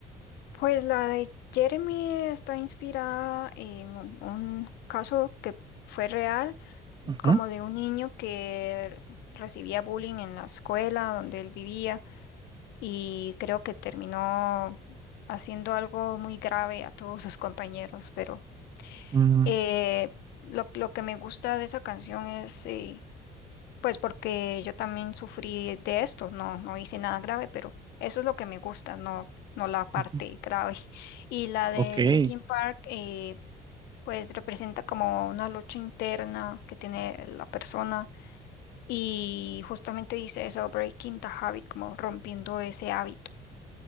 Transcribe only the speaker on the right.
Ujú,
mm,
ujú,
okey.